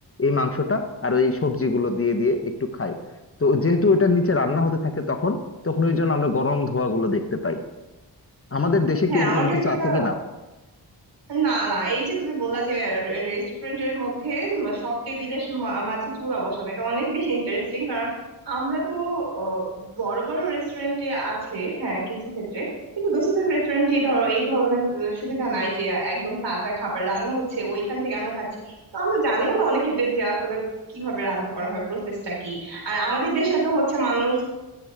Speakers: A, on the left (about 30°); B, on the right (about 70°).
A: এই মাংসটা আর ওই সবজিগুলো দিয়ে দিয়ে একটু খাই তো যেহেতু এটার নিচে রান্না হতে থাকে তখন তখন ওই জন্য আমরা গরম ধোঁয়া গুলো দেখতে পাই আমাদের দেশে
B: হ্যাঁ
A: কি এরকম
B: আমার কাছে
A: কিছু
B: এটা
A: আছে কিনা
B: না না এই যে তুমি বললা যে রেস্টুরেন্টের মধ্যে মা- সব টেবিলের মা- মাঝে চুলা বসানো এটা অনেক বেশি ইন্টারেস্টিং কারণ আমরা তো আহ, বড় বড় রেস্টুরেন্টে আছে হ্যাঁ কিছু ক্ষেত্রে কিন্তু বেশিরভাগ রেস্টুরেন্টে ধরো এই ধরনের আহ, সুবিধা নাই যে একদম তাজা খাবার রান্না হচ্ছে ওইখান থেকে আমরা খাচ্ছি তো আমরা জানিও না অনেক ক্ষেত্রে যে আসলে কিভাবে রান্না করা হয় প্রসেসটা কি আর আমাদের দেশে তো হচ্ছে মানুষ